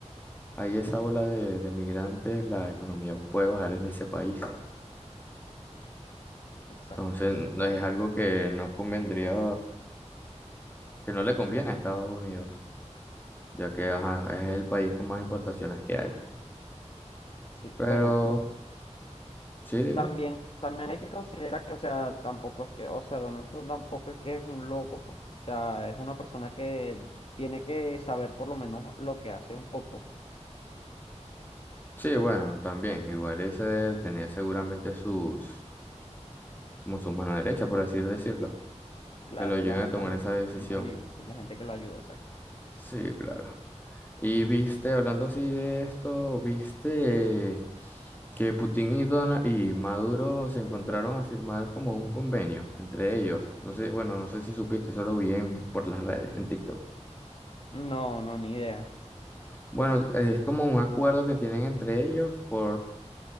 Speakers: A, on the left; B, on the left.
A: hay esa ola de, de migrantes, la economía puede bajar en ese país.
B: exacto.
A: Entonces, no es algo que no convendría que no le conviene a Estados Unidos, ya que ajá, es el país con más importaciones que hay.
B: Sí,
A: Pero,
B: bueno,
A: sí, dime.
B: también, también hay que considerar que, o sea, tampoco es que, o sea, Donald Trump tampoco es que es un loco, pues. o sea, es una persona que tiene que saber por lo menos lo que hace un poco.
A: Sí, bueno, también, igual ese de tener seguramente sus, como sus manos derechas, por así decirlo,
B: Claro,
A: que lo ayuden
B: las,
A: a tomar
B: las,
A: esa decisión.
B: sus amigos, la gente que lo ayuda, exacto.
A: Sí, claro. Y viste, hablando así de esto, viste que Putin y Dona- y Maduro se encontraron a firmar como un convenio entre ellos. No sé, bueno, no sé si supiste, eso lo vi en- por las redes, en TikTok.
B: No, no, ni idea.
A: Bueno, es como un acuerdo que tienen entre ellos por,